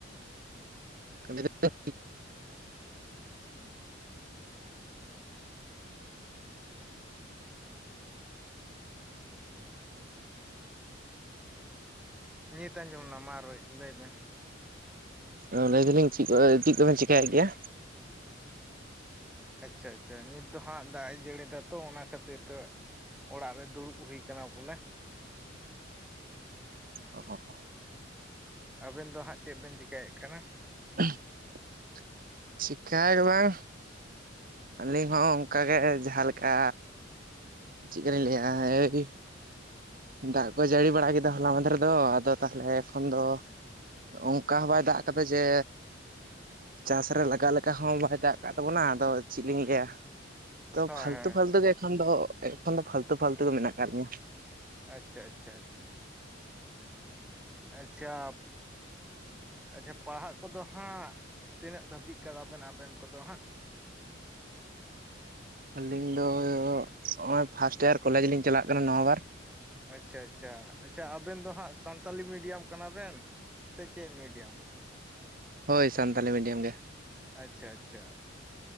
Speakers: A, on the right; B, in the centre.
A: ᱢᱤ <unintelligible>
B: ᱱᱤᱛ ᱟᱸᱡᱚᱢᱱᱟ ᱢᱟ ᱨᱟ. ᱭ ᱞᱟᱹᱭ ᱵᱮᱱ
A: ᱚ ᱞᱟᱹᱭ ᱫᱟᱞᱤᱧ ᱪᱮᱫ ᱠᱚ ᱪᱮᱫ ᱠᱚᱵᱮᱱ ᱪᱮᱠᱟᱭᱮᱫ ᱜᱮᱭᱟ?
B: ᱟᱪᱪᱷᱟ ᱟᱪᱪᱷᱟ ᱱᱤᱛ ᱫᱚ ᱦᱟᱸᱜ ᱫᱟᱜ ᱮ ᱡᱟᱹᱲᱤᱫᱟ ᱛᱚ ᱚᱱᱟ ᱠᱷᱟᱹᱛᱤᱨ ᱛᱮ ᱚᱲᱟᱜ ᱨᱮ ᱫᱩᱲᱩᱵ ᱦᱩᱭ ᱟᱠᱟᱱᱟ ᱵᱚᱞᱮ᱾
A: ᱚ
B: ᱟᱵᱮᱱ ᱫᱚ ᱦᱟᱸᱜ ᱪᱮᱫ ᱵᱮᱱ ᱪᱤᱠᱟᱹᱭᱮᱫ ᱠᱟᱱᱟ?
A: <unintelligible> ᱪᱤᱠᱟ. ᱭ ᱜᱮ ᱵᱟᱝ᱾ ᱟᱹᱞᱤᱧ ᱦᱚᱸ ᱚᱱᱠᱟ ᱜᱮ ᱡᱟᱦᱟᱸ ᱞᱮᱠᱟ᱾ ᱪᱮᱫ ᱠᱟ. ᱞᱤᱧ ᱞᱟᱹᱭᱟ ᱦᱮᱹᱭ ᱫᱟᱜ ᱠᱚ ᱡᱟᱹᱲᱤ ᱵᱟᱲᱟ ᱠᱮᱫᱟ ᱦᱚᱞᱟ ᱢᱟᱫᱷᱮᱨᱫᱚ ᱟᱫᱚ ᱛᱟᱦᱚᱞᱮ ᱮᱠᱷᱚᱱ ᱫᱚ᱾ ᱚᱱᱠᱟ ᱦᱚᱸ ᱵᱟᱭ ᱫᱟᱜ ᱠᱟᱫᱟ ᱡᱮ ᱪᱟᱥ ᱨᱮ ᱞᱟᱜᱟᱜ ᱞᱮᱠᱟ ᱦᱚᱸ ᱵᱟᱭ ᱫᱟᱜ ᱟᱠᱟᱫ ᱛᱟᱵᱚᱱᱟ ᱟᱫᱚ ᱪᱮᱫ ᱞᱤᱧ ᱞᱟᱹᱭᱟ? ᱛᱚ
B: ᱦᱳᱭ
A: ᱯᱷᱟᱞᱛᱩ
B: ᱦᱳᱭ
A: ᱯᱷᱟᱞᱛᱩ ᱜᱮ ᱫᱚ ᱯᱷᱟᱞᱛᱩ ᱯᱷᱟᱞᱛᱩ ᱜᱮ ᱢᱮᱱᱟᱜ ᱟᱠᱟᱫ ᱞᱤᱧᱟ᱾
B: ᱟᱪᱷᱟ ᱟᱪᱷᱟ ᱟᱪᱪᱷᱟ ᱟᱪᱪᱷᱟ ᱯᱟᱲᱦᱟᱜ ᱠᱚᱫᱚ ᱦᱟᱸᱜ ᱛᱤᱱᱟᱹᱜ ᱫᱷᱟᱹᱵᱤᱡ ᱠᱟᱫᱟ ᱵᱮᱮᱱ ᱟᱵᱮᱱ ᱠᱚᱫᱚ ᱦᱟᱸᱜ?
A: ᱟᱹᱞᱤᱧ ᱫᱚ ᱱᱚᱜᱼᱚᱭ ᱯᱷᱟᱥᱴ ᱤᱭᱟᱨ ᱠᱚᱞᱮᱡᱽ ᱞᱤᱧ ᱪᱟᱞᱟᱜ ᱠᱟᱱᱟ ᱱᱚᱶᱟ ᱵᱟᱨ
B: ᱟᱪᱷᱟ ᱟᱪᱷᱟ ᱟᱪᱷᱟ ᱟᱵᱮᱱ ᱫᱚ ᱦᱟᱸᱜ ᱥᱟᱱᱛᱟᱞᱤ ᱢᱤᱰᱤᱭᱟᱢ ᱠᱟᱱᱟ ᱵᱮᱱ ᱥᱮ ᱪᱮᱫ ᱢᱤᱰᱤᱭᱟᱢ?
A: ᱦᱳᱭ ᱥᱟᱱᱛᱟᱞᱤ ᱢᱤᱰᱤᱭᱟᱢ ᱜᱮ᱾
B: ᱟᱪᱪᱷᱟ ᱟᱪᱪᱷᱟ